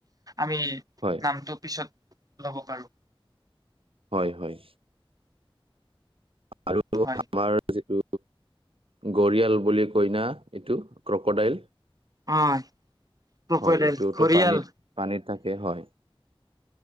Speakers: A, on the right (about 40°); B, on the right (about 70°).
A: আমি
B: হয়।
A: নামটো পিছত ল'ব পাৰোঁ।
B: হয় হয়। আৰু
A: হয়।
B: আমাৰ যিটো গৰিয়াল বুলি কইনা এইটো ক্ৰকডাইল।
A: অ'। ক্ৰকডাইল
B: হয় এইটোতো
A: ঘৰিয়াল
B: পানী পানীত থাকে হয়।